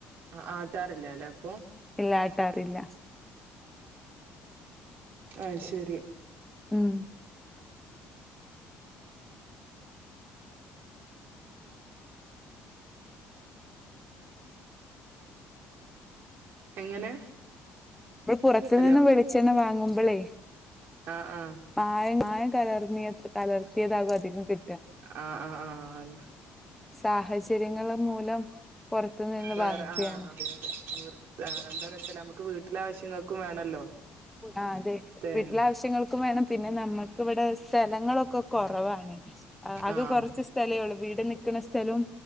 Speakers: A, on the right; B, in the centre.
A: ആഹ് ആട്ടാറില്ലാല്ലെ അപ്പൊ
B: ഇല്ല ആട്ടാറില്ല.
A: അയ്ശെരി.
B: ഉം.
A: എങ്ങനെ.
B: വടെ പുറത്ത്നിന്ന്
A: ഹലോ
B: വെളിച്ചെണ്ണ വാങ്ങുമ്പോളേ
A: ആഹ് ആഹ്
B: മായം മായം കലർന്നിയത് കലർത്തിയതാകും അധികം കി
A: ആഹ് ആഹ് ആ അതെ
B: സാഹചര്യങ്ങള് മൂലം പൊറത്തുനിന്ന്
A: വേറെ
B: വാങ്ങിക്കുകയാണ്
A: ആഹ് അതെ അതെ നിവർ എന്താന്ന് വെച്ചാല് നമുക്ക് വീട്ടിലെ ആവശ്യങ്ങൾക്കും വേണല്ലോ
B: ആ അതെ
A: തേങ്ങ
B: വീട്ടിലെ ആവശ്യങ്ങൾ ക്ക് വേണം പിന്നെ നമ്മുക്ക് വിടെ സ്ഥലങ്ങളൊക്കെ കൊറവാണ് അകെ
A: ആഹ്
B: കൊറച്ച് സ്ഥലേള്ളൂ വീട് നിക്കുന്ന സ്ഥലവും